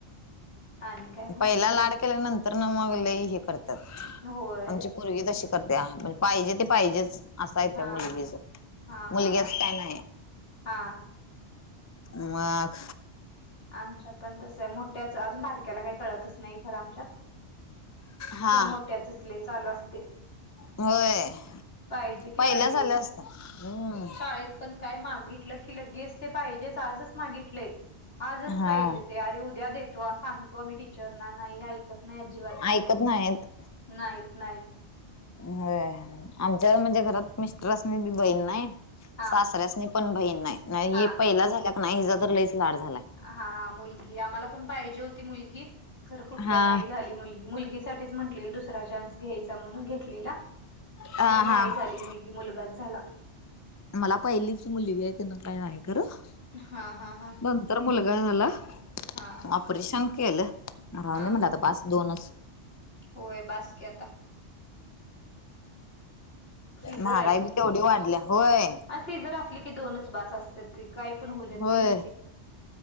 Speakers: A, on the left; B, on the left.
A: आणि काय मग
B: पहिला लाड केल्या नंतर ना मग ल हे करते
A: होय
B: आमची पूर्ग तशी करते म्हणज पाहिजे ते पाहिजेच असायेत
A: हा
B: मुलगीच
A: हा
B: मुलग्याच
A: हा हा
B: काय नाही
A: हा
B: मग
A: आमच्यात पण तसं आहे मोठ्याच अजून बारक्याला काही कळतच नाही खरं आमच्यात
B: हा
A: खरं मोठ्या चचले चालू असते
B: होय
A: पाहिजे की
B: पहिला
A: पाहिजे
B: झाल्या असत्या हम्म
A: शाळेत पण काय मागितलं की लगे अस पाहिजे आजच मागितले आजच
B: हा
A: पाहिजे ते अरे उद्या देतो सांगतो मही टीचरना नाही ऐकत नाही अजिबात
B: ऐकत नाहीत
A: नाहीत नाहीत
B: अ आमच्या म्हणजे घरात मिस्टरसनी बी बहीण नाही
A: हा
B: सासऱ्यास नाही पण बहीण नाही
A: हा
B: पहिला झाल्या का नाही हिचा तर लईच लाड झालाय
A: हा मुलगी आम्हाला पण पाहिजे होती मुलगी खरं कुठलं
B: हा
A: नाही झाली मुलगी मुलगीसाठी म्हट दुसरा घ्यायचा म्हणून घेतलेला
B: हा
A: खरं
B: हा
A: नाही झाली मुलगी मुलगाच झाला
B: मला पहिलीच मुलगी आहे तीन काय हाय काय खर <unintelligible>
A: हा हा हा
B: नंतर मुलगा आहे मला
A: हा
B: ऑपरेशन केलं राहून
A: हा
B: नाही म्हणट
A: हा
B: आता बस दोनच
A: होय बाासकी आता सीझर
B: महागाई बी तेवढी वाढल्या होय
A: ी जर असली की दोनच बस असते त काही पण होऊ जात
B: होय
A: तिकडे ते